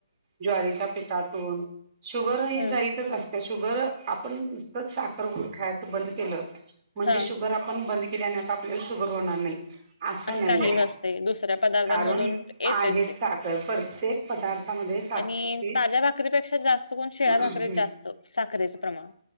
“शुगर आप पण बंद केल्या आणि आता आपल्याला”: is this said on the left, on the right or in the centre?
Right